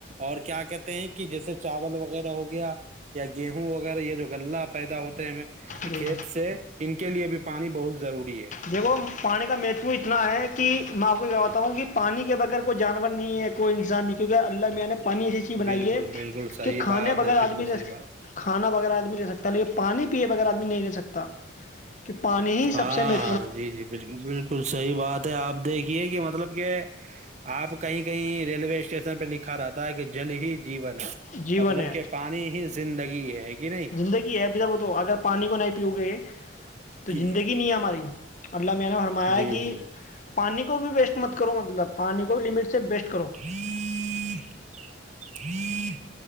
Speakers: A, on the right; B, on the left.
A: اور کیا کہتے ہیں کہ جیسے چاول وغیرہ ہو گیا یا گیہوں وغیرہ یہ جو غلہ پیدا ہوتے ہیں ہمیں
B: جی
A: کھیت سے ان کے لیے بھی پانی بہت ضروری ہے
B: دیکھو پانی کا متو اتنا ہے کہ میں آپ کو کہواتا ہوں کہ پانی کے بغیر کو جانور نہیں ہے کوئی انسان نہیں کیونکہ اللہ میاں نے پانی ایسی چیز بنائیے
A: بالکل بالکل صحیح
B: کہ کھانے
A: بات
B: بغیر
A: ہے بالکل
B: آدمی رہ
A: صحیح بات
B: کھانا بغیر آدمی رہے سکتا ہے لیک پانی پیے بغیر آدمی بھی نہیں رہے سکتا کہ پانی ہی سب
A: ہاں
B: سے میھ
A: ہاں جی جی بالکل بالکل صحیح بات ہے آپ دیکھیے کہ مطلب کہ آپ کہیں کہیں ریلوے اسٹیشن پہ لکھا رہاتا ہے کہ جل ہی جیون ہے
B: جیون
A: مطلب
B: ہے
A: کہ پانی ہی زندگی ہے کہ نہیں
B: زندگی ہے ابھی وہ تو اگر پانی کو نہیں پیو گے تو
A: جی
B: زندگی نہیں ہے ہماری اللہ میاں نے فرمایا
A: جی
B: کہ
A: جی
B: پانی کو بھی ویسٹ مت کرو مطلب پانی کو بھی لمٹ سے سے بیسٹ <unintelligible>
A: ہوں <unintelligible> ہ